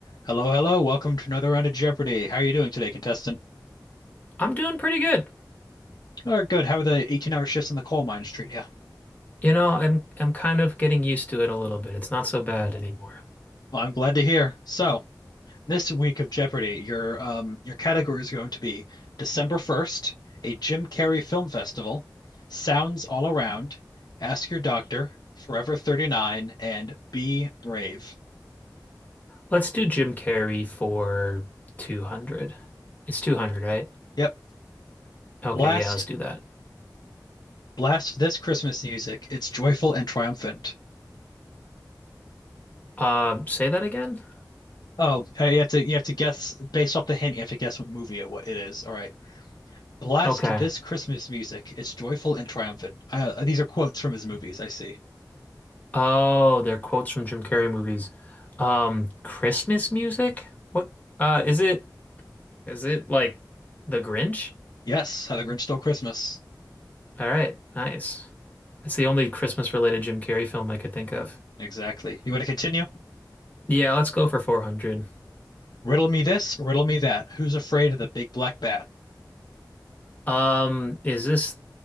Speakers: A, on the left; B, on the left.
A: Hello, hello. Welcome to another round of Jeopardy. How are you doing today, contestant?
B: I'm doing pretty good.
A: Oh, good. How are the 18-hour shifts in the coal mines treating you?
B: You know, I'm I'm kind of getting used to it a little bit. It's not so bad anymore.
A: Well, I'm glad to hear. So, this week of Jeopardy, your um your category is going to be December 1st, a Jim Carrey film festival, Sounds All Around, Ask Your Doctor, Forever 39, and Be Brave.
B: Let's do Jim Carrey for 200. It's 200, right?
A: Yep.
B: Okay,
A: Blast,
B: yeah, let's do that.
A: blast this Christmas music. It's joyful and triumphant.
B: Uh, say that again?
A: Oh, uh, you have to you have to guess based off the hint, you have to guess what movie it, what it is. All right. Blast
B: Okay.
A: this Christmas music. It's joyful and triumphant. Uh, uh, these are quotes from his movies, I see.
B: Oh, they're quotes from Jim Carrey movies. Um, Christmas music? What uh is it is it like The Grinch?
A: Yes, How the Grinch Stole Christmas.
B: All right, nice. That's the only Christmas related Jim Carrey film I could think of.
A: Exactly. You want to continue?
B: Yeah, let's go for 400.
A: Riddle me this, riddle me that. Who's afraid of the big black bat?
B: Um, is this